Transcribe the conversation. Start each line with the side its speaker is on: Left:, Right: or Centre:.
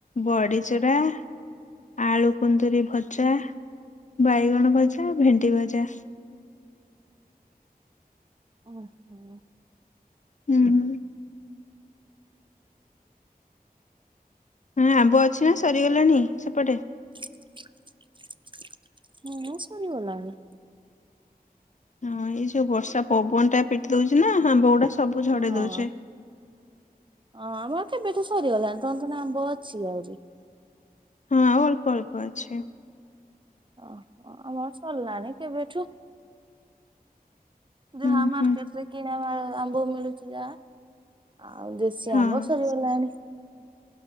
Left: ବଡ଼ିଚୁରା ଆଳୁ କୁନ୍ଦୁରି ଭଜା, ବାଇଗଣ ଭଜା, ଭେଣ୍ଡି ଭଜା।
Right: ଆଚ୍ଛା।
Left: ହୁଁଁ। ହୁଁ ଆମ୍ବ ଅଛି ନା ସରିଗଲାଣି ସେପଟେ?
Right: <unintelligible> ସରିଗଲାଣି।
Left: ହଁ ଏଇ ଯୋଉ ବର୍ଷା ପବନ ଟା ପିଟି ଦଉଛି ନା ଆମ୍ବ ଗୁଡା ସବୁ ଝଡେଇ
Right: ହଁ।
Left: ଦଉଛି।
Right: ହଁ ଆମର କେବେଠୁ ସରିଗଲାଣି ତର ତୋ ଆମ୍ବ ଅଛି ଆହୁରି।
Left: ହଁ ଆଉ ଅଳ୍ପ ଅଳ୍ପ ଅଛି।
Right: ଓହୋ ଆମର ସରିଲାଣି କେବେଠୁ। ଯାହା
Left: ହୁଁ
Right: ମାର୍କେଟ
Left: ହୁଁ
Right: ରେ କିଣା ଆମ୍ବ ମିଳୁଛି ଯା ଆଉ ଦେଶୀ
Left: ହଁ।
Right: ଆମ୍ବ ସରିଗଲାଣି।